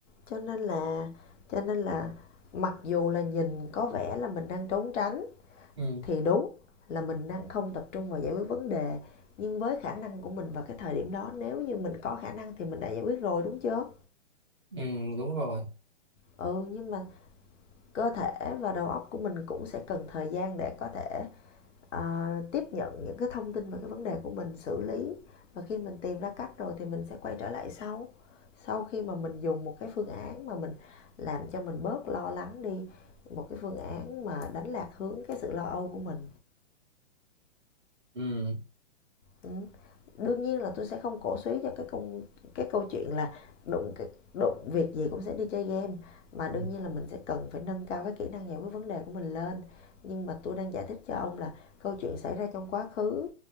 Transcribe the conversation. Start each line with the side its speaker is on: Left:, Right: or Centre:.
Left: cho nên là cho nên là mặc dù là nhìn có vẻ là mình đang trốn tránh
Right: ừ,
Left: thì đúng là mình đang không tập trung vào giải quyết vấn đề nhưng với khả năng của mình vào cái thời điểm đó nếu như mình có khả năng thì mình đã giải quyết rồi đúng chưa
Right: ừ, đúng rồi
Left: ừ nhưng mà cơ thể và đầu óc của mình cũng sẽ cần thời gian để có thể à, tiếp nhận những cái thông tin về cái vấn đề của mình xử lý và khi mình tìm ra cách rồi thì mình sẽ quay trở lại sau sau khi mà mình dùng một cái phương án mà mình làm cho mình bớt lo lắng đi một cái phương án mà đánh lạc hướng cái sự lo âu của mình
Right: ừ,
Left: Ừm. Đương nhiên là tôi sẽ không cổ suý cho cái công cái câu chuyện là đụng đụng việc gì cũng sẽ đi chơi game, mà
Right: ừ,
Left: đương nhiên là mình sẽ cần phải nâng cao cái kỹ năng giải quyết vấn đề của mình lên. Nhưng mà tôi đang giải thích cho ông là câu chuyện xảy ra trong quá khứ,